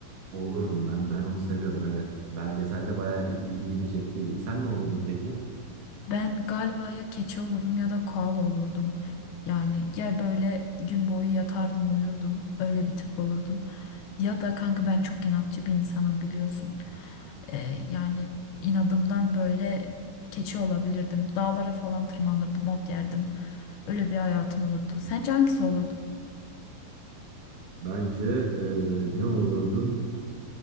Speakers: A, on the right (about 50°); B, on the left (about 80°).
A: olurdum ben. Ben onu seviyorum evet. Belgeselde bayağı il- ilgimi çektiydi. Sen ne olurdun peki?
B: Ben galiba ya keçi olurdum ya da koala olurdum. Yani ya böyle gün boyu yatardım uyurdum öyle bir tip olurdum. Ya da kanka ben çok inatçı bir insanım biliyorsun. Ee, yani inadımdan böyle keçi olabilirdim. Dağlara falan tırmanırdım ot yerdim. Öyle bir hayatım olurdu. Sence hangisi olurdum?
A: Bence e, ne olurdun?